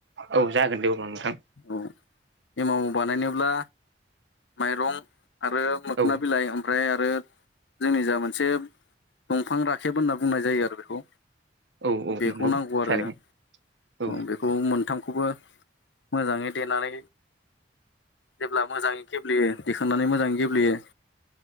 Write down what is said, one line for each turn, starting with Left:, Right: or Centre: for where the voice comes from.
Right: औ जागोन दे अब्ला नोंथां
Left: औ एमाव बानायनोब्ला माइरं आरो मोखोना
Right: औ
Left: बिलाइ ओम फ्राय आरो जोंनि जा मोनसे दंफां राखेब होनना बुंनाय जायो आरो बेखौ
Right: औ औ
Left: बेखौ
Right: नंगौ
Left: नांगौ आरो
Right: थारैनो औ
Left: बेखौ मोनथामखौबो मोजाङै देनानै जेब्ला मोजाङै गेब्लेयो देखांनानै मोजां गेब्लेयो